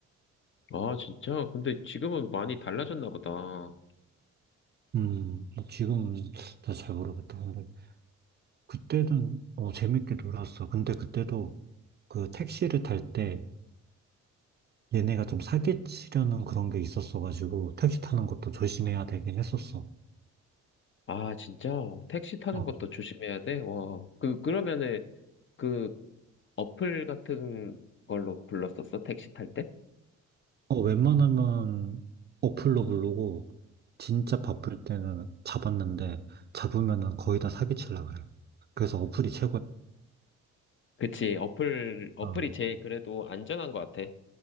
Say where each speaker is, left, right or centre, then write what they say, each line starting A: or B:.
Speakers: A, on the left; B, on the right.
A: 아, 진짜? 근데 지금은 많이 달라졌나 보다.
B: 음, 지금 다 잘 모르겠다. 근데 그때는 어, 재밌게 놀았어. 근데 그때도 그 택시를 탈 때 얘네가 좀 사기치려는 그런 게 있었어가지고 택시 타는 것도 조심해야 되긴 했었어.
A: 아, 진짜? 택시 타는
B: 어,
A: 것도 조심해야 돼? 와. 그, 그러면은, 그, 어플 같은 걸로 불렀었어? 택시 탈 때?
B: 어, 웬만하면 어플로 부르고 진짜 바쁠 때는 잡았는데 잡으면은 거의 다 사기치려 그래. 그래서 어플이 최고야.
A: 그치, 어플, 어플이
B: 어,
A: 제일 그래도 안전한 것 같아.